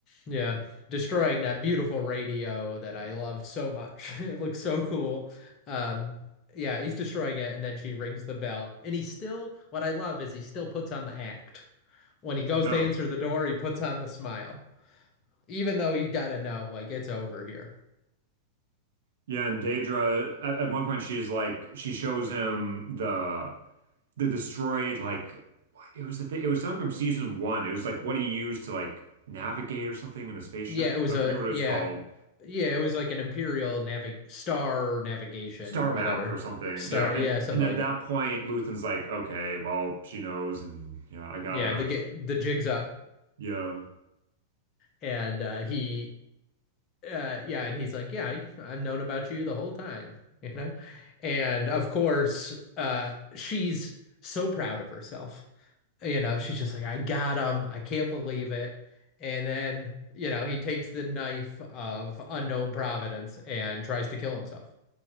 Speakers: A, on the left; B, on the right.
A: Yeah. Destroying that beautiful radio that I love so much. <laughs> It looks so cool. Um, yeah, he's destroying it, and then she rings the bell. And he still, what I love is he still puts on the act. When he goes
B: Yeah.
A: to answer the door, he puts on the smile. Even though he gotta know, like, it's over here.
B: Yeah, and Daedra at, at one point she's like she shows him the the destroyed like what- it was the thing it was something from season one. It was like what he used to like navigate or something in a spaceship.
A: Yeah, it was
B: I
A: a,
B: forget what
A: yeah,
B: it was called.
A: yeah, it was like an Imperial navig star navigation,
B: star
A: whatever.
B: map or something.
A: Star,
B: Yeah,
A: yeah,
B: and
A: something
B: and at
A: like
B: that
A: that.
B: point, Luthen's like, okay, well, she knows, and yeah, I gotta,
A: Yeah, the get the jig's up,
B: yeah,
A: and uh, he. uh yeah and he's like yeah I, I've known about you the whole time you know and of course uh she's so proud of herself you know she's just like I got him I can't believe it and then you know he takes the knife of unknown providence and tries to kill himself